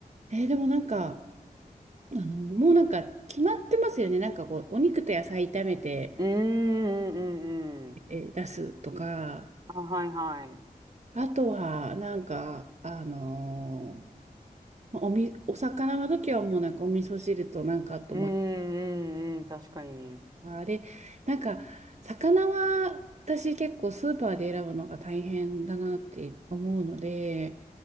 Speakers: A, on the right; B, on the right.
A: えーでもなんか、あの、もうなんか決まってますよね。なんかこう、お肉と野菜炒めて、
B: うんうんうんうん。
A: えー出すとか、
B: あ、はいはい。
A: あとは、なんか、あのーまあおみ、お魚の時はもうなんかお味噌汁となんかと思って、
B: うんうんうん、確かに。
A: あれ、なんか魚は私結構スーパーで選ぶのが大変だなって思うので、